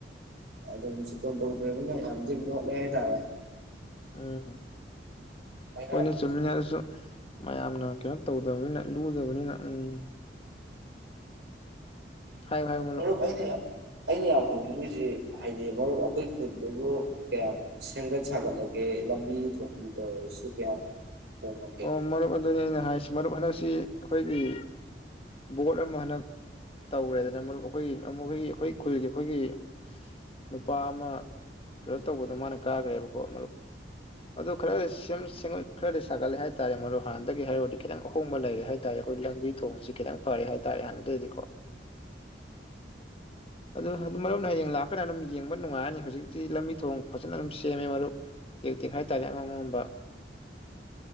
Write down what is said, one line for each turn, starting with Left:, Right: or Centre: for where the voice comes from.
Right: ꯑꯗꯨꯝ ꯖꯣꯇꯣꯟ ꯇꯧꯗ꯭ꯔꯕꯅꯤꯅ ꯌꯥꯝꯗꯤ ꯃꯣꯠꯂꯦ ꯍꯥꯏꯇꯥꯔꯦ
Left: ꯎꯝ
Right: ꯂꯩꯉꯥꯛꯅ
Left: ꯍꯣꯏꯅꯦ ꯆꯨꯝꯃꯤꯅꯦ ꯑꯗꯨꯁꯨ ꯃꯌꯥꯝꯅ ꯀꯩꯅꯣ ꯇꯧꯗꯕꯅꯤꯅ ꯂꯨꯗꯕꯅꯤꯅ ꯎꯝ ꯍꯥꯏꯌꯨ ꯍꯥꯏꯌꯨ ꯃꯔꯨꯞ
Right: ꯑꯗꯨꯕꯨ ꯑꯩꯅ ꯌꯥꯝ ꯑꯩꯅ ꯌꯥꯝ ꯍꯪꯅꯤꯡꯉꯤꯁꯤ ꯍꯥꯏꯗꯤ ꯃꯔꯨꯞ ꯑꯩꯈꯣꯏ ꯈꯨꯜꯗꯨꯕꯨ ꯀꯌꯥꯝ ꯁꯦꯝꯒꯠ ꯁꯥꯒꯠꯂꯒꯦ ꯂꯝꯕꯤ ꯊꯣꯡꯒꯤꯗ ꯑꯣꯏꯔꯁꯨ ꯀꯌꯥꯝ ꯍꯣꯡꯉꯒꯦ
Left: ꯑꯣ ꯃꯔꯨꯞ ꯑꯗꯨꯅꯤ ꯑꯩꯅ ꯍꯥꯏꯁꯦ ꯃꯔꯨꯞ ꯍꯟꯗꯛꯁꯤ ꯑꯩꯈꯣꯏꯒꯤ ꯕꯣꯠ ꯑꯃ ꯍꯟꯗꯛ ꯇꯧꯈ꯭ꯔꯦꯗꯅ ꯃꯔꯨꯞ ꯑꯩꯈꯣꯏꯒꯤ ꯃꯈꯣꯏꯒꯤ ꯑꯩꯈꯣꯏ ꯈꯨꯜꯒꯤ ꯑꯩꯈꯣꯏꯒꯤ ꯁꯁ ꯅꯨꯄꯥ ꯑꯃ ꯀꯩꯅꯣ ꯇꯧꯕꯗꯣ ꯃꯥꯅ ꯀꯥꯈ꯭ꯔꯦꯕꯀꯣ ꯃꯔꯨꯞ ꯑꯗꯨ ꯈꯔꯗꯤ ꯁꯦꯝ ꯁꯦꯝꯒꯠ ꯈꯔꯗꯤ ꯁꯥꯒꯠꯂꯦ ꯍꯥꯏꯇꯥꯔꯦ ꯃꯔꯨꯞ ꯍꯥꯟꯅꯗꯒꯤ ꯍꯥꯏꯔꯨꯔꯗꯤ ꯈꯤꯇꯪ ꯑꯍꯣꯡꯕ ꯂꯩꯔꯦ ꯍꯥꯏꯇꯥꯥꯔꯦ ꯑꯩꯈꯣꯏ ꯂꯝꯕꯤ ꯊꯣꯡꯁꯤ ꯈꯤꯇꯪ ꯐꯔꯦ ꯍꯥꯏꯇꯥꯥꯔꯦ ꯍꯥꯟꯅꯗꯒꯤꯗꯤꯀꯣ ꯑꯗꯨ ꯍꯥꯟ ꯃꯔꯨꯞꯅ ꯍꯌꯦꯡ ꯂꯥꯛꯀꯥꯟꯗ ꯑꯗꯨꯝ ꯌꯦꯡꯕ ꯅꯨꯡꯉꯥꯏꯔꯅꯤ ꯍꯧꯖꯤꯛꯇꯤ ꯂꯝꯕꯤ ꯊꯣꯡ ꯐꯖꯅ ꯑꯗꯨꯝ ꯁꯦꯝꯃꯦ ꯃꯔꯨꯞ ꯇꯦꯛ ꯇꯦꯛ ꯍꯥꯏ ꯇꯥꯔꯦ ꯑꯉꯝ ꯑꯉꯝꯕ